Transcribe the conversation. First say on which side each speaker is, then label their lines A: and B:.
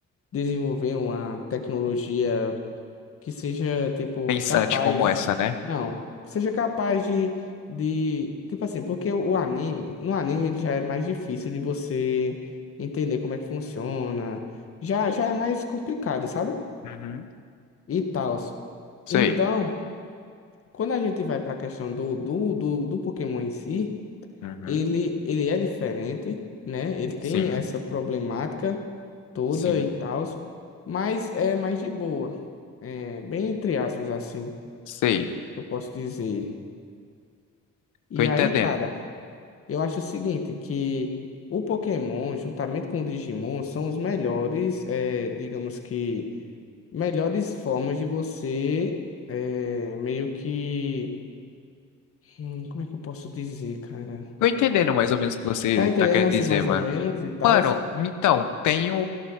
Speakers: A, on the left; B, on the left.
A: desenvolver uma tecnologia. que seja, tipo,
B: Pensante
A: capaz.
B: como essa, né?
A: Não, que seja capaz de, de. Tipo assim, porque o anime. No anime ele já é mais difícil de você entender como é que funciona. Já, já é mais complicado, sabe?
B: Uhum,
A: E tal.
B: sei.
A: Então, quando a gente vai para a questão do, do, do, do Pokémon em si,
B: Uhum,
A: ele, ele é diferente, né? Ele tem
B: sim,
A: essa problemática toda
B: sim,
A: e tal, mas é mais de boa. É, bem entre aspas, assim.
B: sei.
A: Como que eu posso dizer? E
B: Tô entendendo.
A: aí, cara, eu acho o seguinte, que o Pokémon, juntamente com o Digimon, são os melhores, eh, digamos que, melhores formas de você, eh, meio que, hum, como é que eu posso dizer, cara?
B: Tô entendendo mais ou menos o que você
A: Tá entendendo
B: tá querendo
A: assim
B: dizer,
A: mais
B: mano.
A: ou menos e tal?
B: Mano, então, tem o,